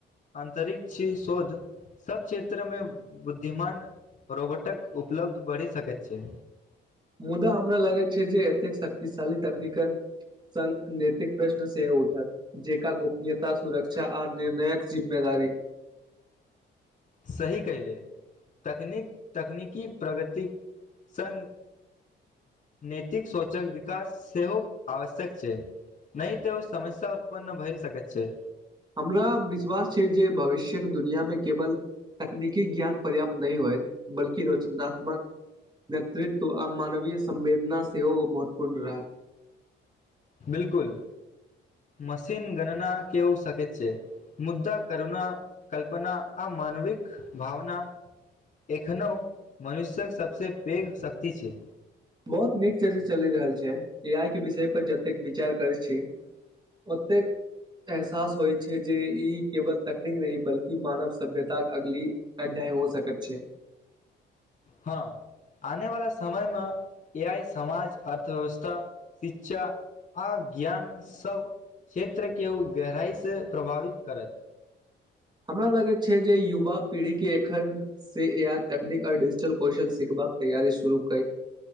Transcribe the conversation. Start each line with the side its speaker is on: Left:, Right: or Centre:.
Left: अंतरिक्ष शोध सब क्षेत्र मे बुद्धिमान रोबोटक उपलब्ध बढ़ि सकैत छै।
Right: मुदा हमरा लागै छै जे एतेक शक्तिशाली तकनीकक संत नतिक प्रश्न सेहो उठत। जेका गोपनीयता सुरक्षा आर निर्णायक जिम्मेदारी
Left: सही कहैले तकनीक तकनीकी प्रगतिक संग नैतिक सोचक विकास सेहो आवश्यक छै। नै त ओ समस्या उत्पन्न भै सकैत छै।
Right: हमरा विश्वास छै जे भविष्यक दुनिआँमे केवल तकनीकी ज्ञान पर्याप्त नहि होयत बल्कि रचनात्मक नेतृत्व आ मानवीय संवेदना सेहो महत्वपूर्ण रहत।
Left: बिलकुल मशीन गणना केओ सकेत छै। मुदा करुण कल्पना आ मानविक भावना एखनहूँ मनुष्यक सभसँ पैघ शक्ति छै
Right: बहुत नीकसे चलि रहल छै ए आइके विषय पर जतेक विचार करैत छी ओतेक एहसास होइ छै जे इ केवल तकनीक नहि बल्कि मानव सभ्यताक अगली अध्याय हो सकैत छैै
Left: हाँ आने वाला समयमे एआइ समाज अर्थव्यवस्था शिक्षा आ ज्ञान सब क्षेत्रके ओ गहराइसँ प्रभावित करत
Right: हमरा लगैत छै जे युवा पीढ़ीके एखन से एआइ एतकनीक आ डिजिटल कौशल सिखबाक तैयारी शुरूकै